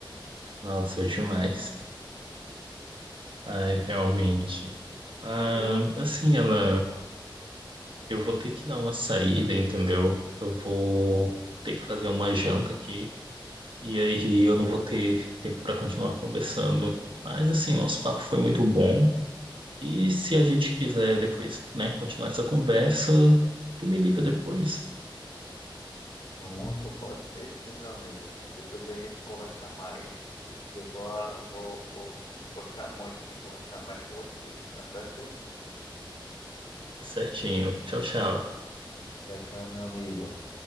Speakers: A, on the right; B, on the left.
A: Nossa, é demais. Ai, realmente. Ah,
B: Eu assim.
A: assim, ela, eu vou ter que dar uma saída, entendeu? Eu vou ter que fazer uma janta aqui e aí eu não vou ter tempo para continuar conversando. Mas assim, nosso papo foi muito bom E se a gente quiser depois, né, continuar essa conversa, tu me liga depois.
B: Pronto, pode ser sim, meu amigo. Depois a gente conversa mais. Eu vou, vou, vou gostar muito de conversar mais com você, tá certo?
A: Certinho. Tchau, tchau.
B: Tchau, tchau, meu amigo.